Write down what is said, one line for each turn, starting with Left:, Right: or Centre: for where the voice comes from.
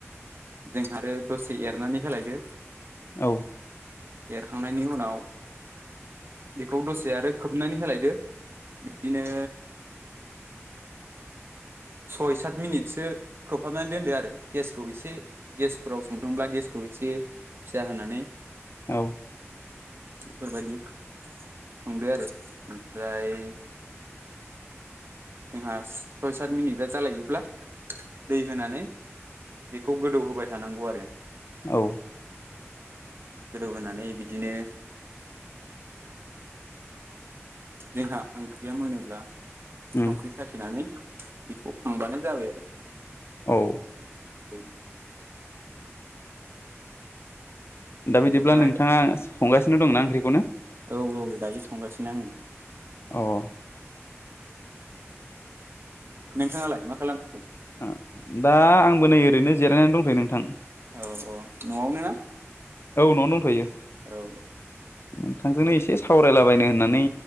Right: जोंहा आरो दसे एरनानै होलायदो
Left: औ
Right: एरखांनायनि उनाव बेखौ दसे आरो खोबनानै होलायदो बिदिनो सय सात मिनिटसो खोबहाबनानै दोनदो आरो गेसखौ एसे गेस फोराव संदोंदोंब्ला गेसखौ एसे फिसा होनानै
Left: औ
Right: बेफोरबायदि संदो आरो ओमफ्राय
Left: <unintelligible>
Right: जोंहा सय सात मिनिटगा जालायोब्ला दै होनानै बेखौ गोदौ होबाय थानांगौ आरो
Left: औ
Right: गोदौ होनानै बिदिनो जोंहा ओंख्रिया मोनोब्ला
Left: उम
Right: संख्रि साखिनानै बेखौ खांबानो जाबाय आरो
Left: औ
Right: <unintelligible>
Left: दा
Right: ओमफ्राय
Left: बिदिब्ला नोंथाङा संगासिनो दंना ओंख्रिखौनो
Right: औ-औ दायो संगासिनो आङो
Left: अह
Right: नोंथाङालाय मा खालामदों?
Left: आ दा आंबो नै ओरैनो जिरायनानै दंथयो नोंथां
Right: औ-औ न'आवनो ना
Left: औ न'आवनो दंथ'यो
Right: औ
Left: नोंथांजोंनो एसे सावरायलाबायनो होननानै